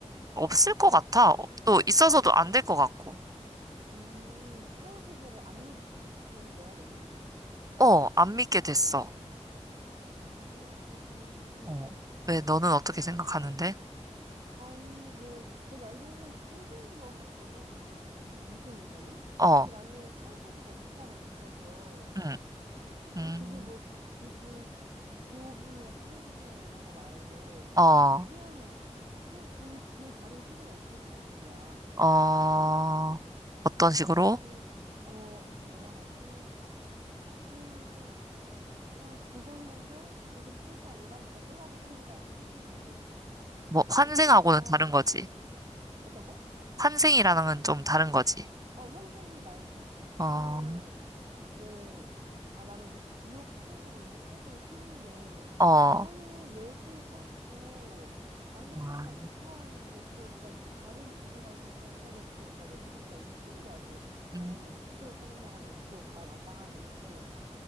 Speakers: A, on the right (about 30°); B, on the right (about 50°).
A: 없을 것 같아. 또 있어서도 안 될 것 같고.
B: 음, 사후세계를 안 믿는 거야, 너는?
A: 어, 안 믿게 됐어.
B: 어, 그렇구나.
A: 어. 왜 너는 어떻게 생각하는데?
B: 아니, 뭐, 너 말도 사실 끝인 것 같거든, 이, 이 이승에서는
A: 어,
B: 근데 나는 사후세계가 있다고 믿어서.
A: 응, 음,
B: 근데 그게 뭐, 굳이 지옥이냐, 천국이냐, 이런 거 말고,
A: 어.
B: 그냥, 그냥 그 뒤에 다른 세계가 있을 것 같은 거야.
A: 어, 어떤 식으로?
B: 그, 어, 뭐라 하지? 그냥, 그냥 죽었는데, 그게 끝이 아니라 뭔가 또 다른 세계가 펼쳐지는 거지.
A: 뭐, 환생하고는
B: 약간,
A: 다른 거지.
B: 어떤 거?
A: 환생이라는 건 좀 다른 거지.
B: 어, 환생 말고.
A: 어,
B: 그냥, 왜, 아, 나는 그 지옥, 천국 이게 조금 싫은 게,
A: 어,
B: 나는 열심히 살았고, 남 부끄럽지
A: 와,
B: 않게 살아왔는데, 그걸 뭔가 다른 누군가가 결정을 해서 너 지옥 가, 너 천국 가, 이게 싫은 거야. 뭐, 당연히
A: 음,
B: 뭐, 희대의 살인마라면 지옥 가야 마땅하긴 한데,